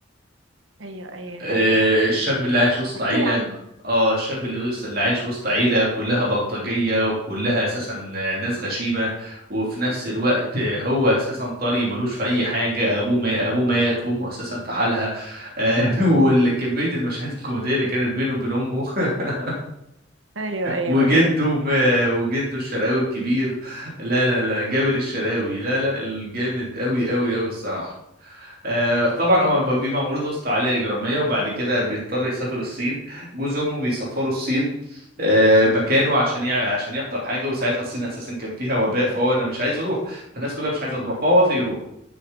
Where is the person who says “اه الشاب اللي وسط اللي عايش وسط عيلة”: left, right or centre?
Right